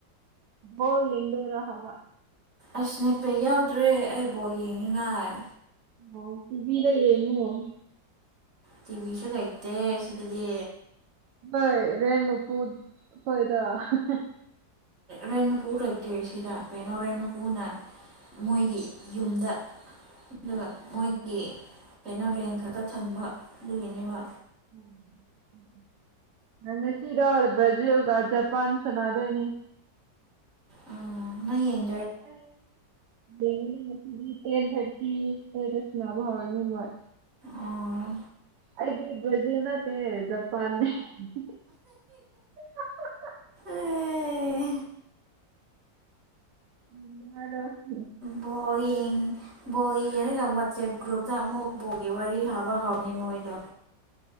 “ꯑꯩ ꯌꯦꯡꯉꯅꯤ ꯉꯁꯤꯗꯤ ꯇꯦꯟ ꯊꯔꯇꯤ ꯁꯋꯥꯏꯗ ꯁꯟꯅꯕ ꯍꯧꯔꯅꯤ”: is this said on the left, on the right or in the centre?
Right